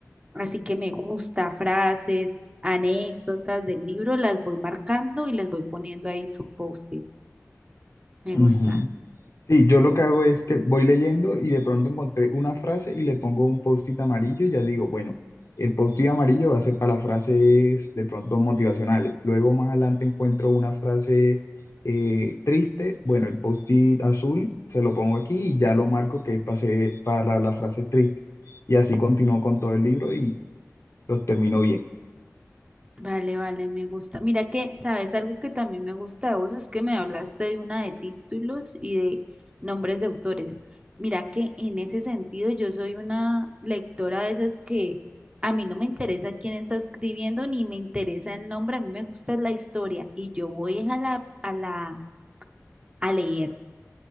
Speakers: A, on the right; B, on the left.
A: Así que me gusta, frases, anécdotas del libro, las voy marcando y les voy poniendo ahí su post-it. Me
B: Ujú.
A: gusta.
B: Sí, yo lo que hago es que voy leyendo y de pronto encontré una frase y le pongo un post-it amarillo y ya digo, bueno, el post-it amarillo va a ser para las frases de pronto motivacionales. Luego más adelante encuentro una frase eh, triste, bueno, el post-it azul se lo pongo aquí y ya lo marco que es pa- se- para las frases tristes. Y así continúo con todo el libro y los termino bien.
A: Vale, vale, me gusta. Mira que, ¿sabes algo que también me gusta de vos? Es que me hablaste de una de títulos y de nombres de autores. Mira que en ese sentido yo soy una lectora de esas que a mí no me interesa quién está escribiendo ni me interesa el nombre, a mí me gusta la historia y yo voy a la, a la, a leer.